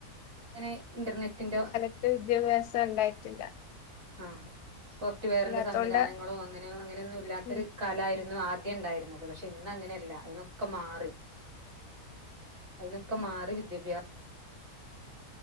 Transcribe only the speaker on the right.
ഇങ്ങനെ ഇന്റർനെറ്റിന്റാ
ആഹ് സോഫ്റ്റ്‌വെയറിന്റെ
സംവിധാനങ്ങളോ അങ്ങനെ അങ്ങനെയൊന്നും ഇല്ലാത്തൊരു
കാലായിരുന്നു ആ ണ്ടായിരുന്നത്, പക്ഷെ ഇന്ന് അങ്ങനെയല്ല അതൊക്കെ മാറി. അയ്നൊക്കെ മാറി വിദ്യഭ്യാ